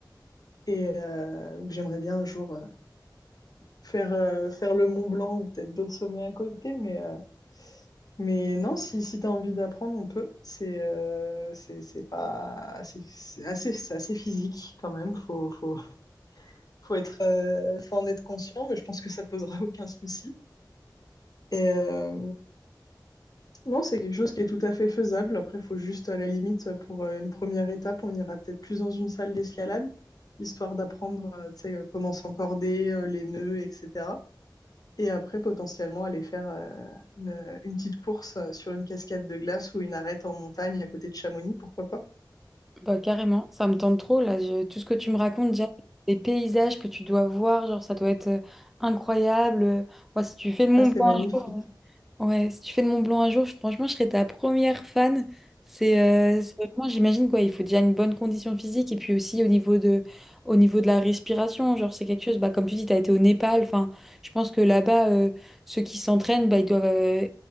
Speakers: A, on the left; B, in the centre.
A: Et euh, donc j'aimerais bien un jour euh, faire, euh, faire le Mont Blanc ou peut-être d'autres sommets à côté. Mais, euh, mais non, si, si tu as envie d'apprendre, on peut. C'est euh, c'est c'est pas, c'est c'est assez, c'est assez physique quand même. Faut, faut, faut être, euh, faut en être conscient, mais je pense que ça ne posera aucun souci. Et, euh, Non, c'est quelque chose qui est tout à fait faisable. Après, il faut juste, à la limite, pour euh, une première étape, on ira peut-être plus dans une salle d'escalade, histoire d'apprendre, euh, tu sais, euh, comment s'encorder, euh, les nœuds, etc. Et après, potentiellement, aller faire euh, une, une petite course euh, sur une cascade de glace ou une arête en montagne à côté de Chamonix, pourquoi pas?
B: Bah, carrément, ça me tente trop là. je- Tout ce que tu me racontes, déjà, les paysages que tu dois voir, genre ça doit être euh, incroyable. Moi, si tu fais le Mont
A: Ah, c'est
B: Blanc
A: magnifique.
B: Ouais, si tu fais de Mont Blanc un jour, je- franchement, je serais ta première fan. C'est euh, c'est vraiment, j'imagine quoi, il faut déjà une bonne condition physique et puis aussi au niveau de, au niveau de la respiration, genre c'est quelque chose, bah, comme tu dis, tu as été au Népal, enfin, je pense que là-bas, euh, ceux qui s'entraînent, bah, ils doivent euh,